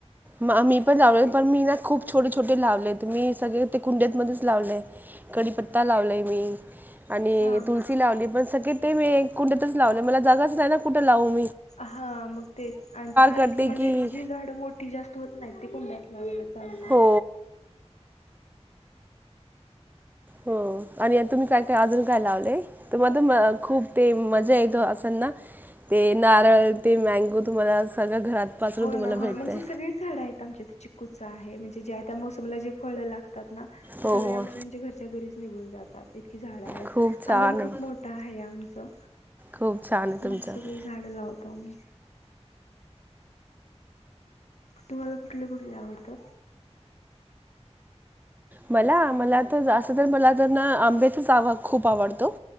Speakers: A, on the right (about 15°); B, on the left (about 75°).
A: म- मी पण लावले पण मी ना खूप छोटे छोटे लावले तर मी सगळे ते कुंड्यामध्ये कपता लावलय मी आणि
B: हा हा
A: तु लावली पणग ते मी कुठेतच लावले मला जागाच नाही ना कुठं लावून
B: हा मग तेच आणि ती जास्त
A: करते
B: म्हणजे
A: की
B: जी झाड मोठी जास्त होत नाही ते कुंड्यात लावला का ना
A: हो हो आणि आता तुम्ही काय काय अजून काय लावलंय तुम्हाला तर खूप ते मजा येत असलना ते नारळ ते मँगो तुम्हाला सगळ्या घरात पासून
B: हो
A: तुम्हाला
B: ना हो
A: भेटतंय
B: म्हणजे सगळीच झाड आहेत आमच्या इथे चिकू आहे म्हणजे ज्या त्या मोसमला जे फळ लागतात ते
A: हो
B: सगळे
A: हो
B: आम म्हणजे घरच्या घरी निघून जातात झाड आहेत
A: खूप छान
B: आंगण खूप
A: आहे
B: मोठं आहे आमचं
A: खूप छान आहे तुमचं
B: मग सगळी झाडं लावत तम तुम्हाला कुठले कुठले आवडतात
A: मला मला तर अस मला आंब त जावा खूप आवडतो